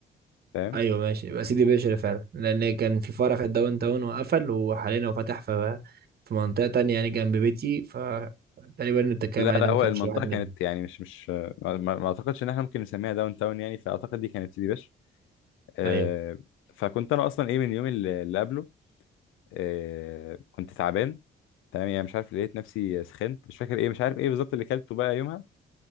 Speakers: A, on the left (about 85°); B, on the right (about 50°).
A: فاهم
B: ايوه ماشي يبقى سيدي بشر فعلا لان كان في فرع في الداون تاون وقفل وحاليا هو فتح في في منطقه تانية يعني جنب بيتي فتقريبا اللي بتتكلم
A: لا لا
B: عليه ده ما
A: هو
B: كانش
A: المنطقه
B: واحد منهم
A: كانت يعني مش مش آه، ما ما- ما اعتقدش ان احنا ممكن نسميها داون تاون يعني فاعتقد دي كانت سيدي بشر آه،
B: ايوه
A: فكنت انا اصلا ايه من اليوم اللي اللي قبله آه، كنت تعبان تمام يعني مش عارف لقيت نفسي سخنت مش فاكر ايه مش عارف ايه بالظبط اللي كلته بقى يومها